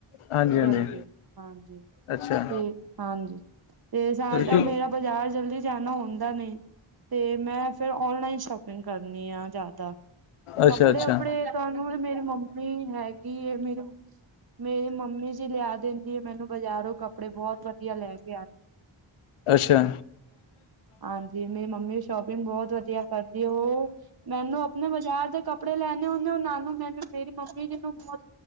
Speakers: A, on the left (about 85°); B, on the right (about 45°).
A: ਹਾਂਜੀ ਹਾਂਜੀ
B: ਜਲਦੀ ਹਾਂਜੀ
A: ਅੱਛਾ
B: ਤੇ ਹਾਂਜੀ ਤੇ ਸਾਡਾ
A: ਅੱਛਾ
B: ਮੇਰਾ ਬਾਜ਼ਾਰ ਜਲਦੀ ਜਾਣਾ ਹੁੰਦਾ ਨਹੀਂ ਤੇ ਮੈਂ ਫਿਰ ਓਨਲਾਈਨ ਸ਼ੋਪਿੰਗ ਕਰਨੀ ਆ ਜ਼ਿਆਦਾ ਕੱਪੜੇ
A: ਅੱਛਾ ਅੱਛਾ
B: ਆਪੱਪੜੇ ਤੁਹਾਨੂੰ ਮੇਰੀ ਮੰਮੀ ਹੈਗੀ ਮੇਰੀ ਮੇਰੀ ਮੰਮੀ ਜੀ ਲਿਆ ਦਿੰਦੀ ਹੈ ਮੈਨੂੰ ਬਾਜ਼ਾਰੋਂ ਕੱਪੜੇ ਬਹੁਤ ਵਧੀਆ ਲੈ ਗ
A: ਅੱਛਾ
B: ਹਾਂਜੀ ਮੇਰੀ ਮੰਮੀ ਸ਼ੋਪਿੰਗ ਬਹੁਤ ਵਧੀਆ ਕਰਦੀ ਉਹ ਮੈਨੂੰ ਆਪਣੇ ਬਜ਼ਾਰ ਬਰ ਦੇ ਕੱਪੜੇ ਲੈਣੇ ਹੁੰਦੇ ਹੋ ਨਾਨੂ ਮੈਨੂੰ ਮੇਰੀ ਮੰਮੀ ਜੀ ਨੂੰ ਬਹੁਤ